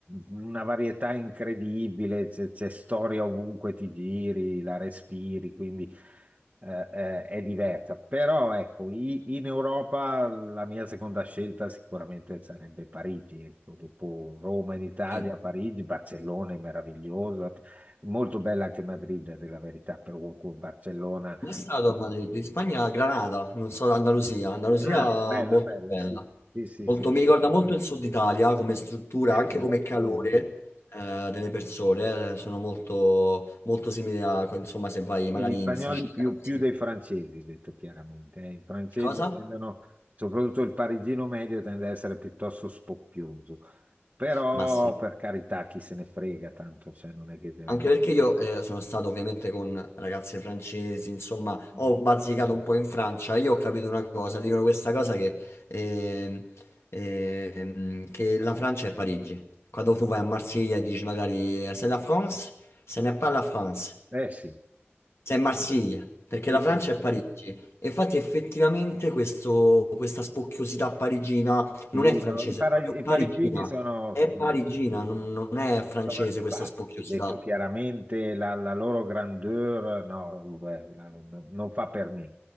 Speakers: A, on the right; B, on the left.
A: una varietà incredibile, c'è c'è storia ovunque ti giri, la respiri, quindi eh, eh, è diversa. Però ecco, i- in Europa la mia seconda scelta sicuramente sarebbe Parigi, ecco, dopo Roma in Italia,
B: Sì.
A: Parigi, Barcellona è meravigliosa, molto bella anche Madrid, è la verità, per Barcellona.
B: Come è stato a Madrid? In Spagna, a Granada, non so, Andalusia. Andalusia
A: Ah, bella,
B: molto
A: bella,
B: bella.
A: sì, sì, sì,
B: Molto-
A: sì,
B: mi
A: sì.
B: ricorda molto il sud Italia come struttura,
A: È
B: anche
A: vero,
B: come calore
A: è vero.
B: eh, delle persone. eh, sono molto, molto simili a, insomma, se vai
A: Sì,
B: magari
A: Gli spagnoli
B: in Sicilia.
A: più,
B: così.
A: più dei francesi, detto chiaramente. eh. I francesi
B: Cosa?
A: tendono, soprattutto il parigino medio, tende ad essere piuttosto spocchioso. Però,
B: Ma sì.
A: per carità, chi se ne frega tanto, cioè non è che... deve-
B: Anche perché io eh, sono stato ovviamente con ragazze francesi, insomma,
A: Mm.
B: ho bazzicato un po' in Francia. Io ho capito una cosa, dicono questa cosa che, ehm, ehm, che la Francia è Parigi. Quando tu vai a Marsiglia e dici magari c'est la France, ce n'est pas la France,
A: Eh sì,
B: c'est Marsiglia, perché
A: sì,
B: la Francia
A: sì, sì.
B: è Parigi. E infatti effettivamente questo- questa spocchiosità parigina
A: Sì,
B: non è francese,
A: no, I, para-
B: è proprio
A: i
B: parigina.
A: parigini sono,
B: È
A: so, mm,
B: parigina, non non è francese
A: sono antipatici,
B: questa spocchiosità.
A: detto chiaramente, la, la loro grandeur no, beh, la- no, non fa per me.